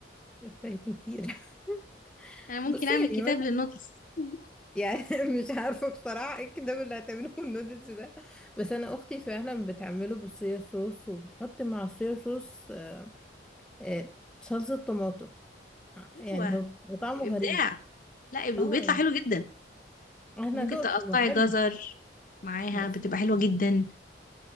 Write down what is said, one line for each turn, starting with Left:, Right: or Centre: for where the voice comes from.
Centre: فايتني كتير <laughs>
Left: انا ممكن
Centre: بصي
Left: اعمل
Centre: يعني
Left: كتاب
Centre: وانا
Left: للنودلز <laughs>
Centre: يعني <laughs> مش عارفه بصراحه ايه الكلام اللي هتعمله النودلز ده بس انا اختي فعلا بتعمله بالصويا صوص وبتحط مع الصويا صوص آه، آه، صلصه طماطم
Left: ايوه
Centre: يعني هو بيبقى طعمه
Left: ابداع
Centre: غريب
Left: لا
Centre: اه
Left: وبيطلع حلو جدا
Centre: انا
Left: وممكن
Centre: دقته
Left: تقطعي
Centre: هو حلو
Left: جزر معاها
Centre: بس
Left: بتبقى حلوة جدا